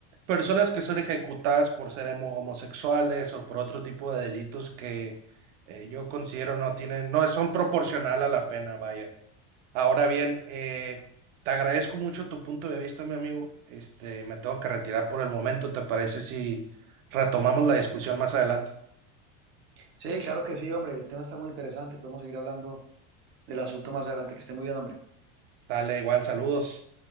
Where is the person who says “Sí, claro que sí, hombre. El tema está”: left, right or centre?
Right